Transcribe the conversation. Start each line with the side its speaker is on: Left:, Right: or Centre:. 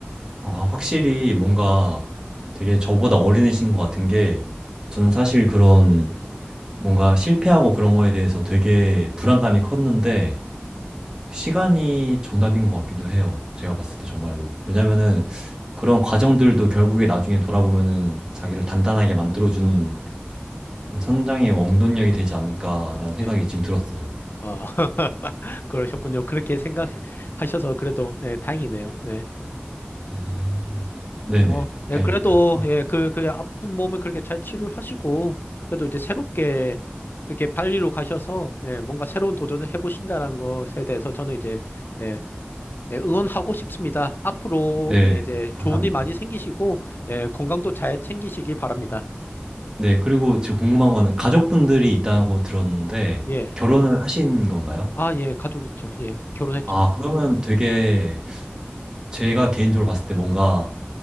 Right: 아, 확실히 뭔가 되게 저보다 어린이신 것 같은 게 저는 사실 그런 뭔가 실패하고 그런 거에 대해서 되게 불안감이 컸는데 시간이 정답인 것 같기도 해요. 제가 봤을 때 정말로. 왜냐면은
Left: 음.
Right: 그런 과정들도 결국에 나중에 돌아보면은 자기를 단단하게 만들어주는 그런 성장의 원동력이 되지 않을까라는 생각이
Left: 네.
Right: 지금 들었어요.
Left: 어, <laughs> 그러셨군요. 그렇게 생각하셔서 그래도 예, 다행이네요. 네.
Right: 음, 네네.
Left: 뭐, 네,
Right: 다행입니다.
Left: 그래도, 예, 그, 그 아픈 몸을 그렇게 잘 치료하시고, 그래도 이제 새롭게, 그렇게 발리로 가셔서, 예, 뭔가 새로운 도전을 해보신다는 것에 대해서 저는 이제, 예, 예, 응원하고 싶습니다. 앞으로,
Right: 네.
Left: 예, 이제
Right: 감사합니다.
Left: 좋은 일 많이 생기시고, 예, 건강도 잘 챙기시기 바랍니다.
Right: 네. 그리고 지금 궁금한 거는 가족분들이 있다고 들었는데
Left: 예.
Right: 결혼을 하신 건가요?
Left: 아, 예, 가족 있죠. 예, 결혼했죠.
Right: 아, 그러면 되게 제가 개인적으로 봤을 때 뭔가